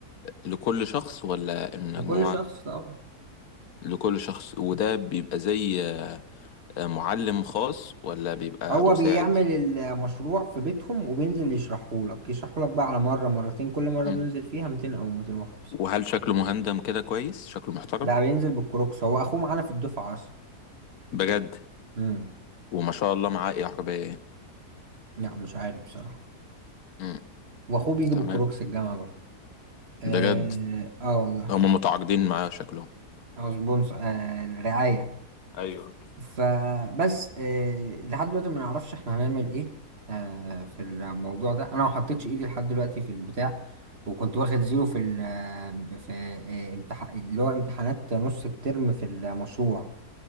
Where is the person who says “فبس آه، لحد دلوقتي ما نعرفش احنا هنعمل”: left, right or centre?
Right